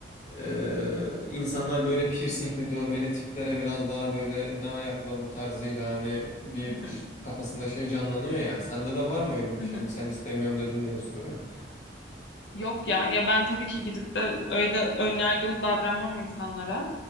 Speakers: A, on the left; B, on the left.
A: Ee, insanlar böyle piercingli dövmeli tiplere biraz daha böyle ne ayakla bu tarzıyla hani bir
B: hı hı,
A: ş- kafasında şey canlanıyor ya. Sende de var mı öyle bir
B: hı
A: şey?
B: hı.
A: Hani sen istemiyorum dedin diye soruyorum.
B: Yok ya ya ben tabii ki gidip de öyle önyargılı davranmam insanlara.